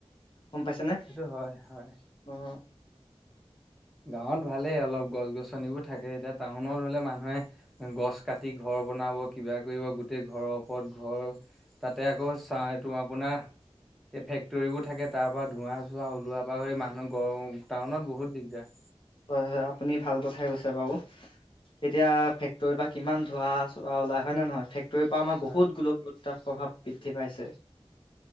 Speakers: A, on the left; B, in the centre.
A: গম পাইছেনে
B: সেইটো হয় হয়।
A: অ
B: গাঁৱত ভালেই অলপ গছ গছনিবোৰ থাকে এতিয়া টাউনত হ'লে মানুহে গছ কাটি ঘৰ বনাব কিবা কৰিব গোটেই ঘৰৰ ওপৰত ঘৰ তাতে আকৌ চা এইটো আপোনাৰ এই ফেক্টৰীবোৰ থাকে তাৰ পৰা ধোঁৱা চোৱা ওলোৱাৰ পৰা হৈ মানুহ গ টাউনত বহুত দিগদাৰ
A: হয় হয় আপুনি ভাল কথাই কৈছে বাৰু এতিয়া ফেক্টৰীৰ পৰা কিমান ধোৱা চোৱা ওলাই হয় নে নহয় ফেক্। তৰ পৰা আমাৰ
B: হয়
A: বহুত গোলকীয়ত তাপ প্ৰভাৱ বৃদ্ধি পাইছে।